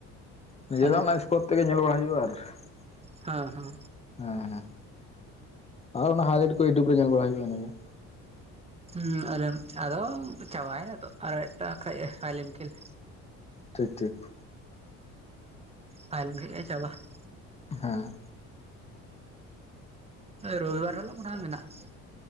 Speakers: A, on the left; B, on the right.
A: ᱱᱤᱡᱮ
B: ᱟᱫᱚ
A: ᱫᱚ ᱦᱟᱜ ᱞᱟᱭᱤᱵ ᱤᱥ ᱛᱮᱜᱮ ᱧᱮᱞ ᱵᱟᱲᱟᱭ ᱦᱩᱭᱩᱜᱼᱟ ᱟᱨ ᱾
B: ᱦᱮᱸ ᱦᱮᱸ
A: ᱦᱮᱸ ᱦᱮᱸ᱾ ᱟᱨ ᱚᱱᱟ ᱦᱟᱭᱞᱟᱭᱤᱴ ᱠᱚ ᱩᱴᱩᱵᱽ ᱨᱮ ᱧᱮᱞ ᱵᱟᱲᱟ ᱦᱩᱭᱩᱜᱼᱟ ᱤᱱᱟ ᱜᱮ ᱾
B: ᱦᱩᱸ ᱟᱨ ᱟᱨᱦᱚ ᱪᱵᱟᱭᱱᱟ ᱛᱚ ᱟᱨ ᱢᱤᱫᱴᱟᱝ ᱠᱷᱟᱡᱜᱮ ᱯᱦᱟᱹᱱᱮᱞ ᱠᱷᱮᱞ ᱾
A: ᱴᱷᱤᱠ ᱴᱷᱤᱠ ᱾
B: ᱯᱟᱭᱞ ᱵᱷ ᱪᱟᱵᱟ <unintelligible>
A: ᱦᱮᱸ
B: ᱨᱚᱵᱤᱵᱟᱨ ᱦᱤᱞᱳᱜ ᱚᱱᱟ ᱢᱮᱱᱟᱜᱼᱟ